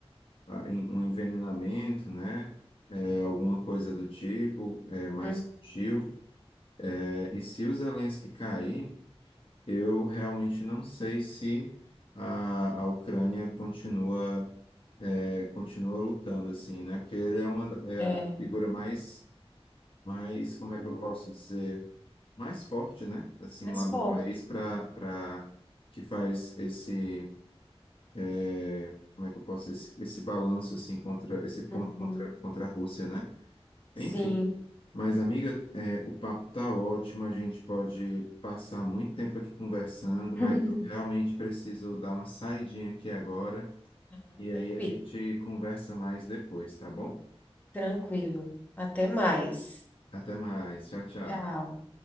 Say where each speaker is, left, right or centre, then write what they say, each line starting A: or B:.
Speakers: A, on the left; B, on the left.
A: a- em- um envenenamento, né? Eh, alguma coisa do tipo, eh, mais
B: Hum,
A: sutil. Eh, e se o Zelensky cair Eu realmente não sei se a, a Ucrânia continua, é, continua lutando assim, né? Porque ele é uma da- é
B: É,
A: a figura mais, mais, como é que eu posso dizer, mais forte, né? Assim,
B: mais
A: lá
B: forte.
A: do país para para que faz esse, é, como é que eu posso esse, esse balanço assim contra esse ponto
B: Uhum,
A: contra contra a Rússia, né?
B: sim.
A: Enfim. Mas, amiga, é, o papo tá ótimo, a gente pode passar muito tempo aqui conversando,
B: <laughs>
A: mas eu realmente preciso dar uma saidinha aqui agora,
B: Ah,
A: e
B: Tranquilo,
A: aí a gente conversa mais depois, tá bom?
B: tranquilo. Até mais.
A: Até mais, tchau, tchau.
B: Tchau.